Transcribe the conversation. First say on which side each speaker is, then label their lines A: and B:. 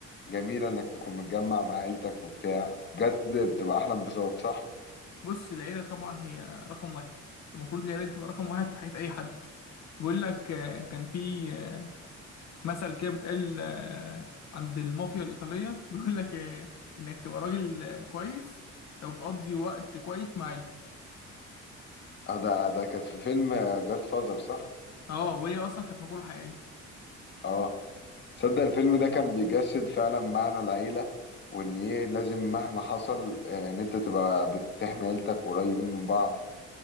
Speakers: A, on the left (about 35°); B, on the left (about 60°).
A: جميله انك تكون متجمع مع عيلتك وبتاع بجد بتبقى احلى انبساط صح
B: بص العيلة طبعا هي رقم واحد المفروض العيلة دي تبقى رقم واحد في حياة أي حد بيقول لك آه، كان في آه، مثل كده بيتقال آه، عند المافيا الإيطالية <laughs> بيقول لك آه، إنك تبقى راجل آه، كويس لو بتقضي وقت كويس مع عيلتك
A: آه، ده ده كانت في فيلم جاد فازر صح
B: اه وهي أصلا كانت مقولة حقيقية
A: اه تصدق الفيلم ده كان بيجسد فعلا معنى العيلة وإن إيه لازم مهما حصل آه، إن أنت تبقى بتحمي عيلتك قريبين من بعض